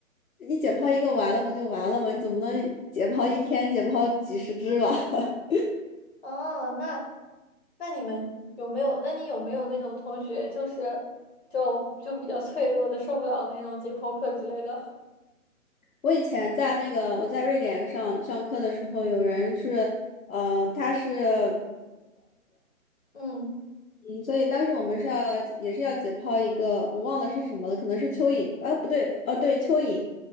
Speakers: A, on the left (about 70°); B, on the left (about 45°).
A: 你解剖一个完了不就完了吗？你总不能解剖一天解剖几十只吧？<laughs>
B: 哦，那那你们有没有？那你有没有那种同学，就是就就比较脆弱的，受不了那种解剖课之类的？
A: 我以前在那个我在瑞典上上课的时候，有人是，嗯，他是，
B: 嗯
A: 嗯，所以当时我们是要也是要解剖一个，我忘了是什么了，可能是蚯蚓，啊，不对，哦，对，蚯蚓，